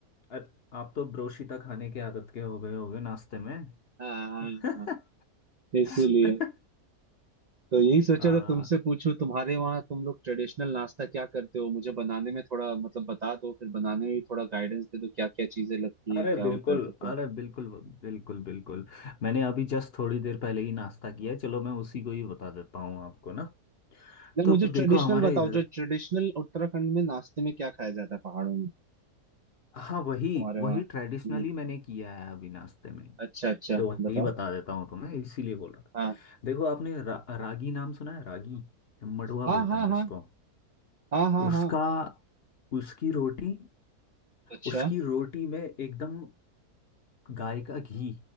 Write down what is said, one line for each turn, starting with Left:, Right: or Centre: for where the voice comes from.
Left: अरे आप तो ब्रोशीता खाने के आदत के हो गए होगे नाश्ते में
Right: हाँ हाँ हाँ,
Left: <laughs>
Right: हाँ, इसीलिए तो यही सोचा
Left: हाँ
Right: था तुमसे पूछूं तुम्हारे वहाँ तुम लोग ट्रेडिशनल नाश्ता क्या करते हो मुझे बनाने में थोड़ा मतलब बता दो फिर बनाने में भी थोड़ा गाइडेंस दे दो क्या क्या चीजें लगती
Left: अरे
Right: हैं क्या
Left: बिल्कुल
Right: होता है तो फिर
Left: अरे बिल्कुल बिल्कुल बिल्कुल मैंने अभी जस्ट थोड़ी देर पहले ही नाश्ता किया है चलो मैं उसी को ही बता देता हूँ आपको ना
Right: नहीं
Left: तो
Right: मुझे
Left: देखो
Right: ट्रेडिशनल
Left: हमारे
Right: बताओ
Left: इधर
Right: जो ट्रेडिशनल उत्तराखंड में नाश्ते में क्या खाया जाता है पहाड़ों में
Left: हाँ वही
Right: तुम्हारे
Left: वही
Right: वहाँ
Left: ट्रेडिशनली
Right: हम्म
Left: मैंने किया है अभी नाश्ते में
Right: अच्छा अच्छा
Left: तो वही
Right: बताओ
Left: बता देता हूँ तुम्हें इसीलिए बोल रहा था
Right: हाँ
Left: देखो आपने रा, रागी नाम सुना है रागी मडुआ
Right: हाँ
Left: बोलते
Right: हाँ
Left: हैं जिसको
Right: हाँ हाँ हाँ हाँ
Left: उसका
Right: हाँ।
Left: उसकी रोटी
Right: अच्छा
Left: उसकी रोटी में एकदम गाय का घी